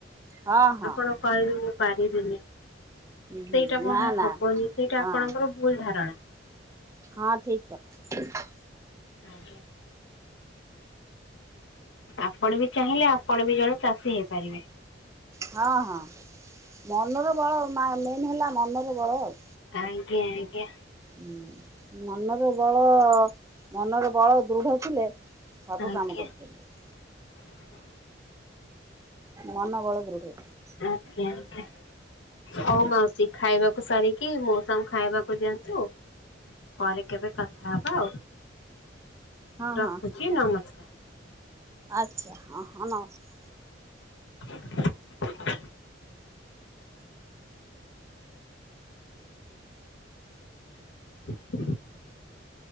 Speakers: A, on the right; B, on the left.
A: ହଁ ହଁ।
B: ଆପଣ କହିବେ ପାରିବିନି ସେଇଟା
A: ହୁଁ ହୁଁ
B: କଣ
A: ନା ନା
B: ହବନି ସେଇଟା
A: ହଁ
B: ଆପଣଙ୍କର ଭୁଲ ଧାରଣା।
A: ହଁ ଠିକ୍ କଥା।
B: ଆଜ୍ଞା। ଆପଣ ବି ଚାହିଁଲେ ଆପଣ ବି ଜଣେ ଚାଷୀ ହେଇପାରିବେ।
A: ହଁ ହଁ, ମନର ବଳ ମା ମେନ୍ ହେଲା ମନର ବଳ ଆଉ।
B: ଆଜ୍ଞା ଆଜ୍ଞା।
A: ହୁଁ, ମନର ବଳ ମନର ବଳ ଦୃଢ ଥିଲେ ସବୁ
B: ଆଜ୍ଞା।
A: କାମ କରି ପାରିବ।
B: <inaudible>
A: ମନ ବଳ ଦୃଢ଼
B: ଆଜ୍ଞା ଆଜ୍ଞା। ହଉ ମାଉସୀ ଖାଇବାକୁ ସାରିକି ମୋଉସାଙ୍କୁ ଖାଇବାକୁ ଦିଅନ୍ତୁ ପରେ କେବେ କଥା ହବା ଆଉ।
A: ହଁ
B: ରଖୁଛି
A: ହଁ,
B: ନମସ୍କାର
A: ଆଚ୍ଛା, ହ ହଁ ନମସ୍କାର।
B: <unintelligible> <unintelligible>